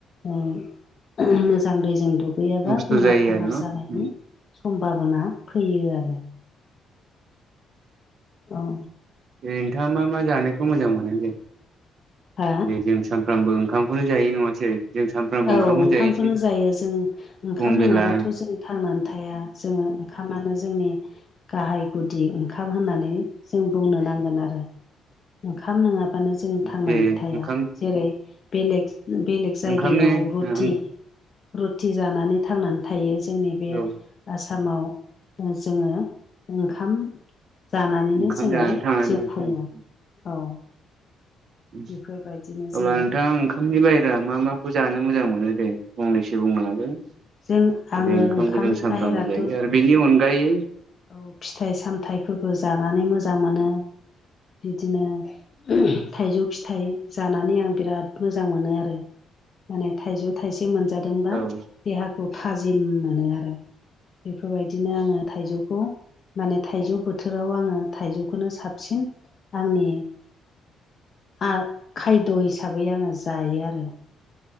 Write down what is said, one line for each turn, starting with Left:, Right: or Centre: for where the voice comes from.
Left: ओ मोजां दैजों दुग गैयाबा
Right: नस्थ'
Left: बेमार
Right: जायो
Left: खामार
Right: आरो न
Left: जानायनि
Right: उम
Left: सम्भाबना फैयो आरो औ
Right: दे नोंथाङा मा मा जानायखौ मोजां मोनो दे
Left: हा
Right: जों सानफ्रामबो ओंखामखौनो जायो नङासै? जों सानफ्रामबो
Left: औ ओंखामखौनो
Right: जायोसै
Left: जायो जों ओंखाम
Right: फुं बेला
Left: नङाबाथ' जों थांनानै थाया जोङो खामानो जोंनि गाहाय गुदि ओंखाम होननानै जों बुंनो नांगोन आरो ओंखाम नङा बानो जोंङो थांनानै
Right: जे
Left: थाया
Right: ओंखाम
Left: जेरै बेलेग-बेलेग जायग
Right: ओंखामनो
Left: गायाव रुटि-रुथि
Right: ओ
Left: जानानै थांनानै थायो जोंनि बे
Right: औ
Left: आसामाव जोङो ओंखाम जानानैनो
Right: ओंखाम
Left: जोङो
Right: जानानै थांनानै
Left: जिउ खुङो औ
Right: उम
Left: बेफोरबायदिनो जोङो
Right: अब्ला नोंथां ओंख ओंखामनि बाहेरा मा माखौ जानो मोजां मोनो दे फंनैसो बुंनो हागोन
Left: जों आङो
Right: जेरै ओंखामखौ
Left: ओंखामनि
Right: जों सानफ्रामबो
Left: बाहेराथ'
Right: जायो आरो बेनि अनगायै
Left: औ फिथाइ सामथाइफोरबो जानानै मोजां मोनो बिदिनो <unintelligible> थाइजौ फिथाइ जानानै आं बिराद मोजां मोनो आरो माने थाइजौ थाइसे मोनजादोंबा
Right: औ अब्ला
Left: देहाखौ थाजिम मोनो आरो बेफोरबायदिनो आङो थाइजौ माने थाइजौ बोथोराव आङो थाइजौखौनो साबसिन आंनि आं खायद' हिसाबै आङो जायो आरो।